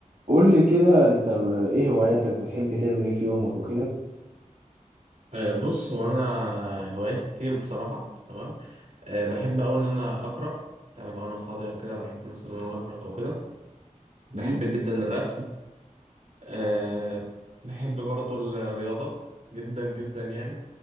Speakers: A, on the right (about 85°); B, on the right (about 60°).
A: قول لي كده انت ب- ايه هواياتك بتحب تعمل ايه في يومك وكده
B: آه، بص هو انا هواياتي كتير بصراحه تمام أه بحب أوي ان انا اقرا تمام لو انا فاضي او كده بحب مثلا ان انا اقرا او كده بحب
A: مم.
B: جدا الرسم أه بحب برضو الرياضه جدا جدا يعني